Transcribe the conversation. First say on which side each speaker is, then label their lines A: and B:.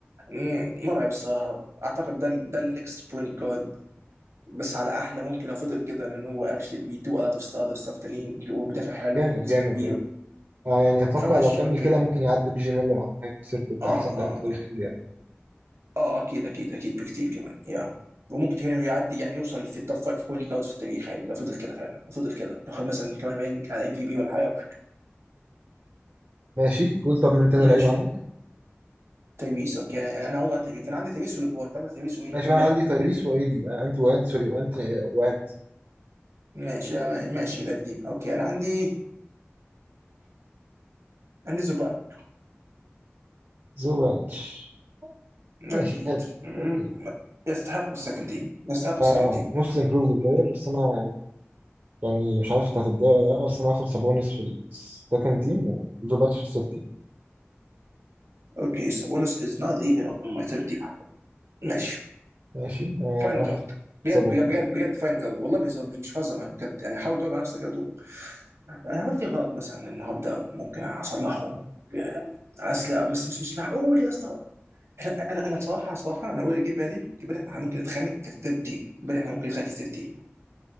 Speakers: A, on the right (about 85°); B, on the right (about 60°).
A: مم، مرعب الصراحه اعتقد ده ال- ده النكست بوينت جارد بس على احلى ممكن لو فضل كده لان هو اكشلي بيدو a lot of stuff stuff تانيين وبيدافع حلو
B: جامد
A: جسمه
B: جامد
A: كبير
B: جامد آه يعني اتوقع
A: فماشي
B: لو كمل
A: اوكي
B: كده ممكن يعدي دي جي ميلر على نهايه مسيرته كاحسن
A: اه اه
B: لاعب في تاريخ
A: آه.
B: انديانا
A: اه اكيد اكيد اكيد بكتير كمان يا وممكن كمان هو يعدي يعني يوصل في التوب 5 بوينت جاردز في التاريخ عادي لو فضل كده فعلا لو فضل كده لو خد مثلا كمان رانك على ام في بي ولا حاجه
B: ماشي قول طب من تاني
A: ماشي
B: لعيب عندك
A: تايبيس اوكي انا عاوز عن تايبيس انا عندي تايبيس ولبرون انت عندك تايبيس ومين
B: ماشي
A: تقول
B: وانا
A: لاعب
B: عندي
A: كمان
B: تايريس وايدي آه انت وانت سوري وانت وانت
A: ماشي أنا ماشي من القديم اوكي انا عندي عندي زوباك
B: زوباتش
A: اكيد
B: ماشي حلو
A: مم.
B: اوكي
A: يستحق السكند تيم يستحق السكند
B: آه
A: تيم
B: موست امبروفد بلاير بس انا يعني يعني مش عارف انت هتتضايق ولا لا بس انا هاخد سابونس في السكند تيم وزوباتش في الثيرد تيم
A: اوكي سابونس از نوت ايفن اون ماي ثيرد تيم ماشي
B: ماشي آه
A: فاين
B: واخد
A: جارد بجد
B: سابونس
A: بجد بجد بجد فاين جارد والله بهزر مش مش بهزر معاك بجد يعني حاول تقعد مع نفسك كده وتقول انا عملت ايه غلط مثلا النهارده ممكن اصلحه اصل بس مش مش معقول يا اسطى انا انا أنا صراحه صراحه انا اقول اجيب بالي اجيب بالي احنا ممكن نتخانق في الثيرد تيم اجيب بالي احنا ممكن نتخانق في الثيرد تيم